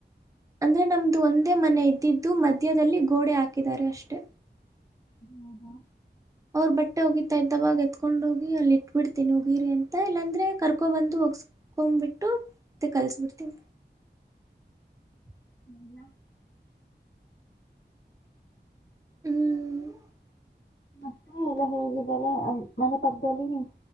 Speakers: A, on the right (about 20°); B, on the left (about 70°).
A: ಅಂದ್ರೆ ನಮ್ದು ಒಂದೇ ಮನೆ ಇದ್ದಿದ್ದು ಮಧ್ಯದಲ್ಲಿ ಗೋಡೆ ಹಾಕಿದ್ದಾರೆ ಅಷ್ಟೆ
B: ಹ್ಮ ಹಾ
A: ಅವ್ರ ಬಟ್ಟೆ ಹೋಗಿತಾ ಇದ್ದವಾಗ ಎತ್ಕೊಂಡ್ ಹೋಗಿ ಅಲ್ಲಿ ಇಟ್ಬಿಡ್ತೀನಿ ಒಗಿರಿ ಅಂತ ಇಲ್ಲಾಂದ್ರೆ ಕರ್ಕೊ ಬಂದು ಒಗಸ್ಕೊಬಿಟ್ಟು ಮತ್ತೆ ಕಲ್ಸ್ಬಿಡ್ತೀನಿ
B: <inaudible>
A: ಹ್ಮ್
B: ಮತ್ತೆ ಎಲ್ಲ ಹೇಗಿದ್ದಾರೆ ಮನೆ ಪಕ್ಕದಲ್ಲಿ ನಿಮ್